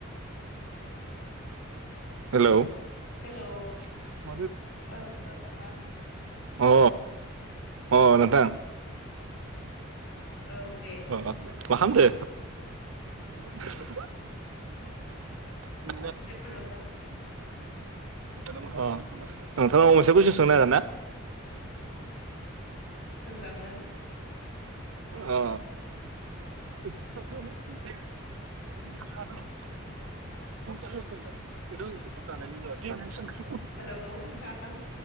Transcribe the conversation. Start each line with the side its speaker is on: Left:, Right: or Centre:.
Right: <inaudible> Hello.
Left: Hello.
Right: <inaudible>
Left: ओ hello नोंथां
Right: अ। अ नोंथां।
Left: औ दे
Right: अ मा खामदो? <inaudible> <inaudible> अ
Left: जोङो
Right: नोंथांनाव मोनसे कुयसन सोंनो हागोन ना?
Left: सोंजागोन।
Right: अ। <unintelligible>
Left: हेलौ नोंथां